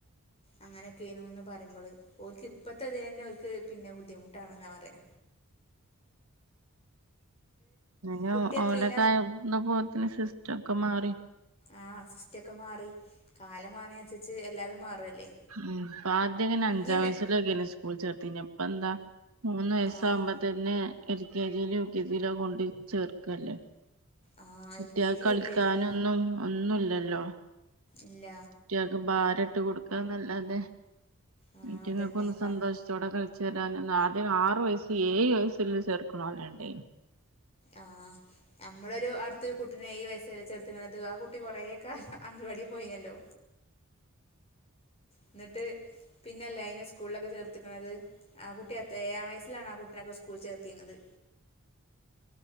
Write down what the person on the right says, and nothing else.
ഉ <inaudible>
ഓലക്കയുന്ന പോലത്തിന് സിസ്സം ക്ക മാറി
ഉം ആദ്യം ഇങ്ങനെ അഞ്ചാം
വയസ്ലൊക്കെ സ്കൂൾ ചേർത്തിനത് ഇപ്പ എന്താ മൂന്ന് വയസാകുമ്പോ
തന്നെ എൽ കെ ജിയിലും യു കെ ജിയിലോ കൊണ്ട് ചേർക്കല്ലേ
കുട്ടിക
കളിക്കാനൊന്നും
ന്നല്ലല്ലോ
റ്റ ഭാരം ഇട്ട് കൊടുക്കുക എന്നല്ലാതെ
ഇറ്റങ്ങൾകൊന്ന്
സന്തോഷത്തോടെ കളിക്ക ചെരി അദ്യ ആറ് വയസ്സ് ഏഴ് വയസ്ല്ല ചേർക്കണോ ലിണ്ടായിനി